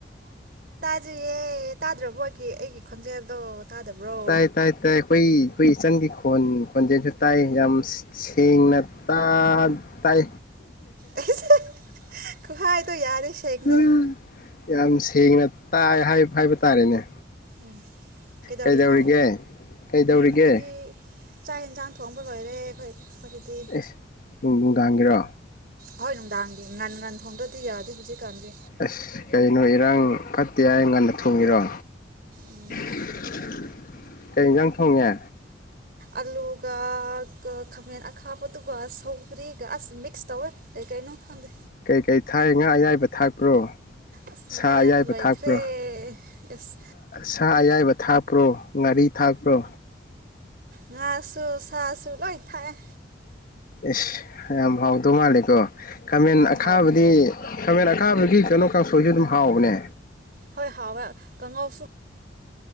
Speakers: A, on the right; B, on the left.
A: ꯇꯥꯏꯌꯦ ꯇꯥꯗ꯭ꯔꯕꯣꯒꯤ ꯑꯩꯒꯤ ꯈꯣꯟꯖꯦꯜꯗꯣ ꯇꯥꯗꯕ꯭ꯔꯣ
B: ꯇꯥꯏ ꯇꯥꯏ ꯇꯥꯏ ꯍꯣꯏ ꯑꯩꯈꯣꯏ ꯏꯆꯟꯒꯤ ꯈꯣꯟ ꯈꯣꯟꯖꯦꯜꯁꯨ ꯇꯥꯏ ꯌꯥꯝ ꯁꯦꯡꯅ ꯇꯥ ꯇꯥꯏ
A: ꯑꯩꯁꯦ ꯈꯨꯍꯥꯏꯗꯣ ꯌꯥꯔꯦ ꯁꯦꯡꯗꯦ
B: ꯎꯝ ꯌꯥꯝ ꯁꯦꯡꯅ ꯇꯥꯏ ꯍꯥꯏꯕ ꯇꯥꯔꯦꯅꯦ
A: ꯎꯝ ꯀꯩꯗꯧꯔꯤꯅꯣ
B: ꯀꯩꯗꯧꯔꯤꯒꯦ ꯀꯩꯗꯧꯔꯤꯒꯦ
A: ꯑꯩꯗꯤ ꯆꯥꯛ ꯌꯦꯟꯁꯥꯡ ꯊꯣꯡꯕ ꯂꯣꯏꯔꯦ ꯑꯩꯈꯣꯏ ꯑꯩꯈꯣꯏꯗꯗꯤ
B: ꯑꯦꯁ ꯎꯝ ꯅꯨꯡꯗꯥꯡꯒꯤꯔꯣ
A: ꯍꯣꯏ ꯅꯨꯡꯗꯥꯡꯒꯤ ꯉꯟ ꯉꯟ ꯊꯣꯡꯗ꯭ꯔꯗꯤ ꯌꯥꯗꯦ ꯍꯧꯖꯤꯛꯀꯥꯟꯗꯤ
B: ꯑꯁ ꯀꯩꯅꯣ ꯏꯔꯥꯡ ꯐꯠꯇꯦ ꯍꯥꯏ ꯉꯟꯅ ꯊꯣꯡꯉꯤꯔꯣ
A: ꯎꯝ
B: <inaudible> ꯀꯩ ꯏꯟꯖꯥꯡ ꯊꯣꯡꯉꯦ
A: ꯑꯂꯨꯒꯒ ꯈꯥꯃꯦꯟ ꯑꯈꯥꯕꯗꯨꯒ ꯁꯧꯒ꯭ꯔꯤꯒ ꯑꯁ ꯃꯤꯛꯁ ꯇꯧꯋꯦ ꯀꯩ ꯀꯩꯅꯣ ꯈꯪꯗꯦ
B: ꯀꯩꯀꯩ ꯊꯥꯏ ꯉꯥ ꯑꯌꯥꯏꯕ ꯊꯥꯛꯄ꯭ꯔꯣ
A: ꯑꯁ ꯉꯥ
B: ꯁꯥ ꯑꯌꯥꯏꯕ
A: ꯂꯣꯏꯈ꯭ꯔꯦ
B: ꯊꯥꯛꯄ꯭ꯔꯣ
A: ꯑꯁ
B: ꯁꯥ ꯑꯌꯥꯏꯕ ꯊꯥꯛꯄ ꯄ꯭ꯔꯣ ꯉꯥꯔꯤ ꯊꯥꯛꯄ꯭ꯔꯣ
A: ꯉꯥꯁꯨ ꯁꯥꯁꯨ ꯂꯣꯏ ꯊꯥꯛꯏ
B: ꯏꯁ ꯌꯥꯝ ꯍꯥꯎꯗꯧ ꯃꯥꯜꯂꯦꯀꯣ ꯈꯥꯃꯦꯟ
A: ꯎꯝ
B: ꯑꯈꯥꯕꯗꯤ
A: ꯍꯥꯎ
B: ꯈꯥꯃꯦꯟ ꯑꯈꯥꯕꯒꯤ ꯀꯩꯅꯣ ꯀꯥꯡꯁꯣꯏꯁꯨ ꯑꯗꯨꯝ ꯍꯥꯎꯕꯅꯦ
A: ꯍꯣꯏ ꯍꯥꯎꯋꯦ ꯀꯪꯉꯥꯎꯁꯨ